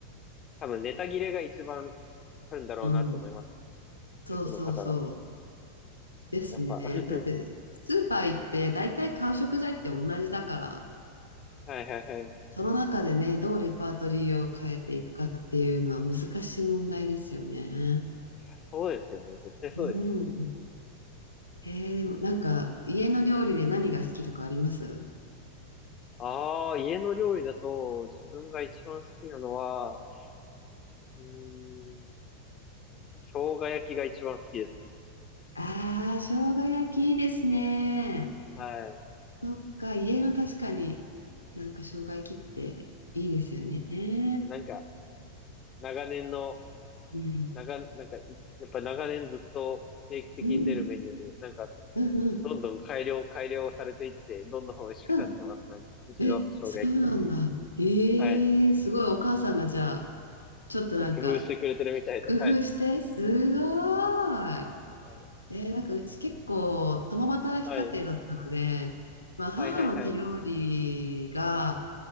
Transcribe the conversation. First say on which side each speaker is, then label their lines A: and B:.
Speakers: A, on the left; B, on the left.
A: 多分ネタ切れが一番あるんだろうなと思います。
B: うん。そうそうそ
A: 主婦の方だと。
B: う。ですね。
A: やっぱ。<laughs>
B: だって、スーパー行って、大体買う食材って同じだから、
A: はいはいはい。
B: その中でね、どうレパートリーを変えていくかっていうのは難しい問題ですよね。
A: いや、そうですよね。絶対そうですよね。
B: うん。えー、でもなんか、家の料理で何が好きとかあります
A: ああ、家の料理だと自分が一番好きなのは、うーん、生姜焼きが一番好きですかね。
B: ああー、生姜焼きいいですね。
A: は
B: そっか、家の確かになんか障害切っていいですよね。
A: い。なんか、長年の、
B: うん。
A: 長、なんか、いやっぱ長年ずっと定期的に出るメニューで、
B: うん。
A: なんか、
B: うんうん。
A: どんどん改良、改良されていって、どんどん美味しくなってます。
B: うん。
A: なんか、うちの生姜焼きが。
B: え、そうなんだ。ええすごい。
A: はい。
B: お母さんがじゃあ、ちょっとなんか
A: なんか工夫してくれてるみたいで。
B: 工夫して、
A: はい。
B: すごーい。
A: は
B: えーなんかうち結構共働き家庭だったので、
A: い。
B: まあ母の手料理が、
A: はいはいはい。